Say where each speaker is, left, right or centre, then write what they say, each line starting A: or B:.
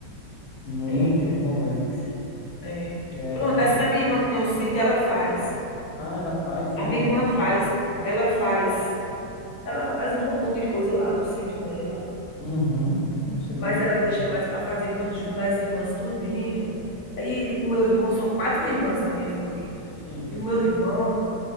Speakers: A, on the left; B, on the left.
A: Muito
B: Eita, que
A: bom mesmo.
B: delícia. É.
A: Que é,
B: Pronto,
A: que
B: essa
A: é...
B: minha irmã que tem um sítio, ela faz.
A: Ah, ela faz, é.
B: A minha irmã
A: Isso.
B: faz, ela faz, ela faz um montão de coisa lá no sítio dela,
A: Uhum. Deve ser bom
B: mas
A: demais.
B: ela deixa mais para fazer quando juntar as irmãs tudinho. E o meu irmão são quatro irmãs na minha família.
A: Sim,
B: E o meu irmão,